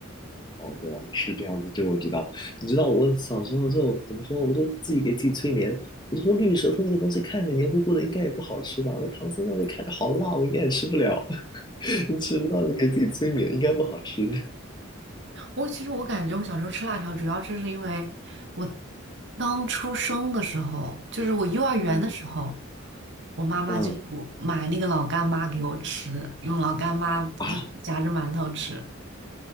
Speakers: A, on the left (about 20°); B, on the right (about 60°).
A: 哦，对啊，是这样子，这个我知道。你知道我小时候就怎么说，我就自己给自己催眠，我就说绿舌头那个东西看着黏糊糊的，应该也不好吃吧？我说唐僧肉那看着好辣，我应该也吃不了，<laughs> 吃不到就给自己催眠，应该不好吃。
B: <laughs> 我其实我感觉我小时候吃辣条，主要就是因为我刚出生的时候，就是我幼儿园的时候，
A: 嗯
B: 我妈妈就买那个老干妈给我吃，
A: 嗯
B: 用老干妈就是夹着馒头吃。
A: 啊，